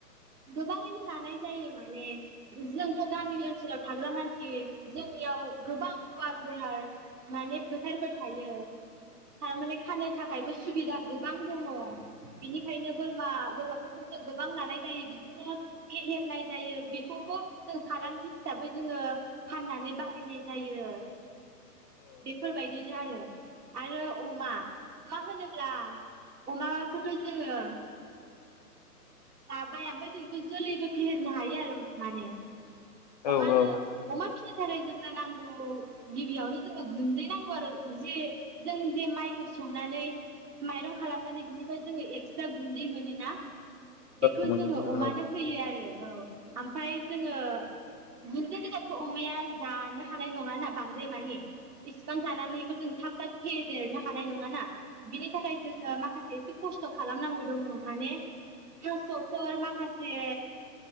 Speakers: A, on the right; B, on the left.
A: गोबाङैनो लानाय जायो माने जोंथ' गामिनि ओनसोलाव थाग्रा मानसि जोंनियाव गोबां गुवार गुवार माने फोथारफोर थायो। थारमाने खानो थाखायबो सुबिदा गोबां दङ'। बिनिखायनो बोरमा बोरमा फोरखौ जों गोबां लानाय जायो। बिदिनो फेहेरनाय जायो बेखौबो जों फालांगि हिसाबै जोङो फाननानै बाहायनाय जायो। बेफोरबायदिनो आरो। आरो अमा अमा होनोब्ला अमाखौथ' जोङो लाबाय ओमफ्राय जोंखौ जोलैबो फेहेरनो हायो आरो माने।
B: औ
A: अमानो
B: औ
A: अमा फिनो थाखाय जोंनो नांगौ गिबियावनो जोंनो गुन्दै नांगौ आरो ज जों जे माइखौ सौनानै माइरं खालामनानै बिनिफ्राय जोङो एक्सट्रा गुन्दै मोनोना बेखौ
B: औ मिथिगौ
A: जोङो अमानो होयो आरो। औ। आमफाय जोङो गुन्दै गोजाथ' अमाया जानो हानाय नङा ना बांद्राय मानि इसिबां जानानैखौ जों थाब थाब फेदेरनो हानाय नङा ना बिनि थाखाय जोनो माखासे एसे खस्थ' खालामनांगौ दङ माने थास'फोर मााखास से